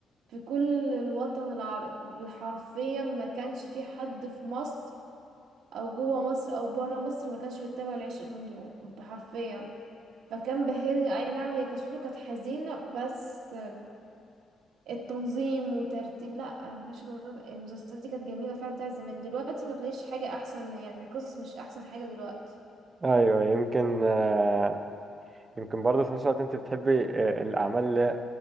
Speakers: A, on the right; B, on the right.
A: في كل الوطن العربي حرفيا ما كانش في حد في مصر أو جوه مصر أو بره مصر ما كانش بيتابع العشق الممنوع حرفيا فكان بهرني أي نعم هي قصته كانت حزينة بس التنظيم وترتيب لا العشق الممنوع المسلسلات دي كانت جميلة فعلا بتاعت زمان دلوقتي ما تلاقيش حاجة أحسن يعني القصص مش أحسن حاجة دلوقتي
B: ايوه يمكن آه، يمكن برضه في نفس الوقت انت بتحبي آه، الاعمال